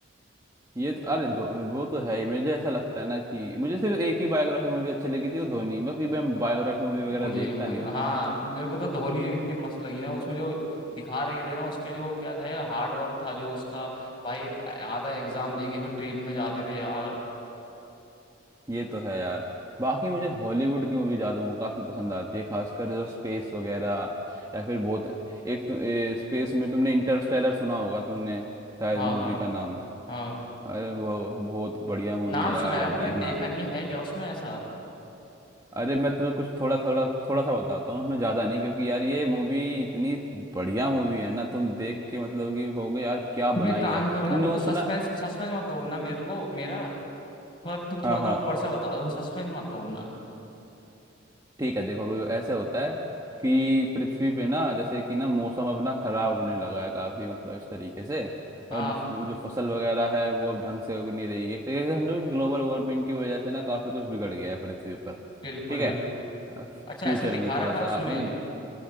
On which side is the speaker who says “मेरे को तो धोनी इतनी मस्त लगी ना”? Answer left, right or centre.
Left